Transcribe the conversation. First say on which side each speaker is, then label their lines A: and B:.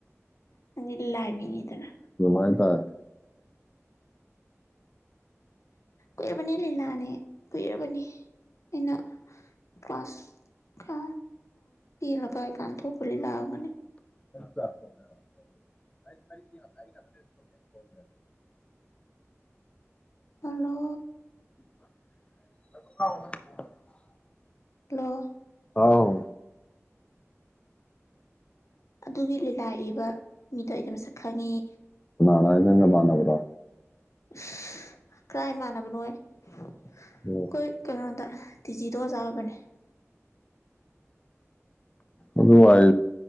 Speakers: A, on the left (about 70°); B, on the left (about 25°).
A: ꯅꯪꯗꯤ ꯂꯥꯏ ꯃꯤꯅꯤꯗꯅ
B: ꯍꯥꯏꯇꯥꯔꯦ
A: ꯎꯔꯄꯅꯤ ꯂꯩꯂꯑꯅꯦ ꯀꯨꯏꯔꯕꯅꯤ ꯑꯩꯅ ꯀ꯭ꯂꯥꯁ ꯅ ꯀꯥꯏ ꯀꯥꯟ ꯊꯣꯛꯈꯂꯤ ꯂꯥꯛꯑꯒꯅꯤ
B: ꯃ ꯉꯦ
A: ꯄꯂꯣ
B: <unintelligible>
A: ꯍꯜꯂꯣ
B: ꯑꯥꯎ
A: ꯑꯗꯨꯒꯤ ꯂꯤꯂꯥ ꯏꯕ ꯃꯤꯗꯣ ꯑꯩꯩꯅ ꯃꯁꯛ ꯈꯪꯉꯤ
B: ꯃꯥꯅꯕ꯭ꯔꯣ
A: <unintelligible> ꯀ꯭ꯔꯥꯏ ꯃꯥꯟꯅꯕꯅꯣ ꯍꯥꯏ ꯑꯩꯈꯣꯏ
B: ꯑꯣ
A: ꯀꯩꯅꯣꯗ ꯇꯤꯖꯤꯗꯣ ꯆꯥꯕꯅꯦ
B: ꯑ ꯋꯥꯏ